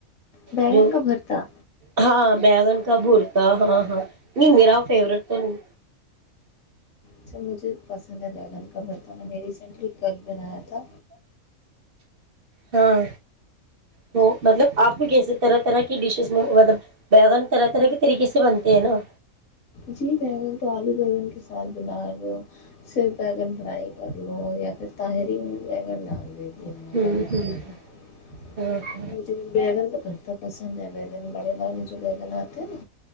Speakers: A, on the left; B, on the right.
A: بیگن
B: جو
A: کا بھرتا
B: ہاں بیگن کابورتا ہاں ہاں نہیں میرا فیورٹ تو نہیں
A: سب مجھے پسند ہے لگن خبر تھا میں نے ریسینٹلی کل پہ رہا تھا
B: ہاں تو مطلب آپ کو کیسے طرح طرح کی ڈش ج مطلب بگن طرح طرح کے طریقے سے بنتے ہیں نا
A: جی بیگن تو آلو بیگن کے ساتھ بنا لو صرف بیگن فرائی کر لو یا پھر تاہرین بیگن ڈال د میں
B: ہوں
A: کبھی کبھی
B: ہوں
A: تو
B: ہاں
A: بگن تو بیٹھتا بس دندہ بیگن بڑے والال جو بے گا ہوتے ہیں